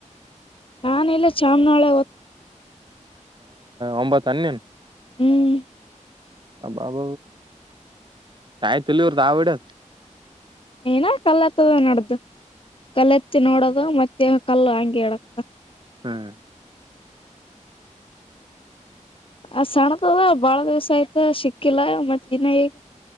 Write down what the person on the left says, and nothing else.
ನಾನ ಇಲ್ಲ ಚಾಮನಾಳೆ ಹದ
ಹ್ಮ್
ಏನ ಕಲ್ಲತ್ತದ ನಡ್ದು ಕಲ್ಲತ್ತಿ ನೋಡೋದು ಮತ್ತೆ ಕಲ್ಲು ಹಂಗಗೆ ಆಡ <unintelligible>
ಆ ಸಣ್ಣದದ ಬಾಳ ದಿವ್ಸ ಆಯ್ತ ಸಿಕ್ಕಿಲ್ಲ ಮತ್ ಇನ್ನೇಗ